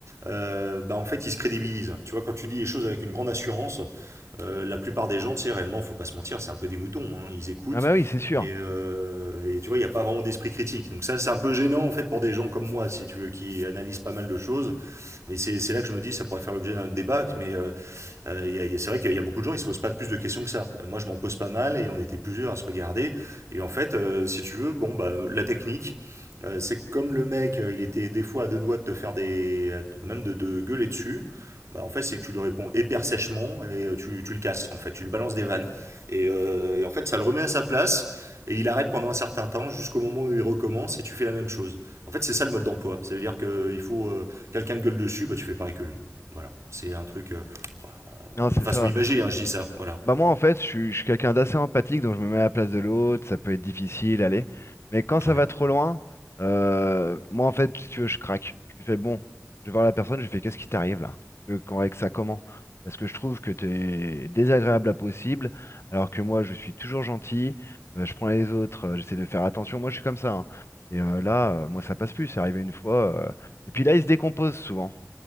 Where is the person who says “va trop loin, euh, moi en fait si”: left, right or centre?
Left